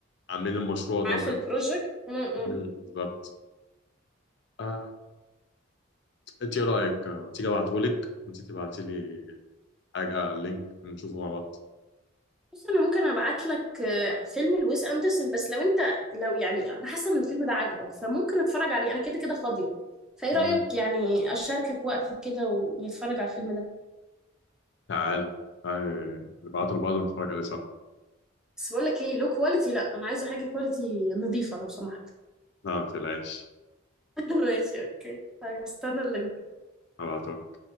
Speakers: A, on the left; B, in the centre.
A: عاملين المشروع ده
B: عارف
A: وكده
B: البروجكت امم
A: مم، بالظبط آه، انت ايه رايك آه، تيجي ابعتهولك وانت تبعتي لي حاجة على اللينك نشوفه مع بعض
B: بص انا ممكن ابعت لك آه، فيلم لويس اندرسون بس لو انت لو يعني انا حاسه ان الفيلم ده عاجبك فممكن اتفرج عليه انا كده كده فاضيه فايه
A: مم.
B: رايك يعني اشاركك وقتك كده ونتفرج على الفيلم ده
A: تعال تعال نبعته لبعض ونتفرج عليه سوا
B: بس بقول لك ايه لو كواليتي لا انا عايزه حاجه كواليتي نظيفه لو سمحت
A: لا ما تقلقش
B: <laughs> ماشي اوكي طيب هستنى اللينك
A: هبعته